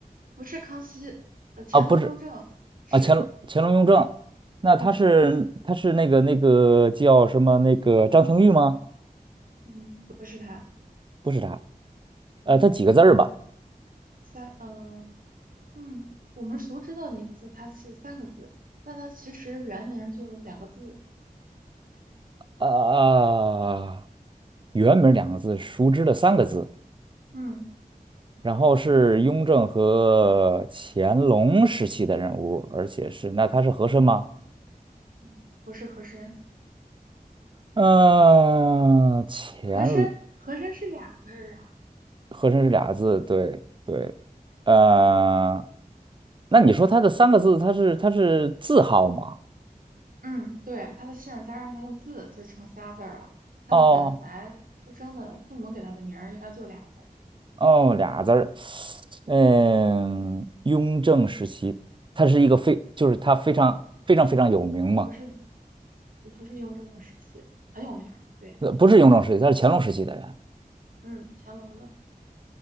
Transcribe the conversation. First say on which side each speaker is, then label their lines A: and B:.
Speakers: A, on the right; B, on the right.
A: 不是康熙，呃，乾隆、
B: 啊，不是
A: 雍正是，
B: 啊，乾隆、乾隆、雍正，那他是他是那个那个叫什么那个张廷玉吗？
A: 嗯嗯不是他？
B: 不是他，呃，
A: 嗯
B: 他几个字儿吧？
A: 三，呃，嗯，我们熟知的名字它是三个字，但它其实原名就两个字，
B: 啊、啊，原名两个字，熟知的三个字，
A: 嗯
B: 然后是雍正和乾隆时期的人物，而且是那他是和珅吗？
A: 嗯，不是和珅，
B: 嗯、乾隆
A: 和珅，和珅是俩字儿啊，
B: 和珅是俩字，对对，呃，那你说他的三个字，他是他是字号吗？
A: 嗯对，他的姓加上他的字就成仨字儿了，他的本来出生的父母给他的名儿应该就俩字儿，
B: 哦哦，俩字儿，嗯，雍正时期，他是一个非就是他非常非常非常有名嘛，
A: 不是不是雍正时期很有名儿，对，
B: 呃不是雍正时期，他是乾隆时期的人。
A: 嗯，乾隆的，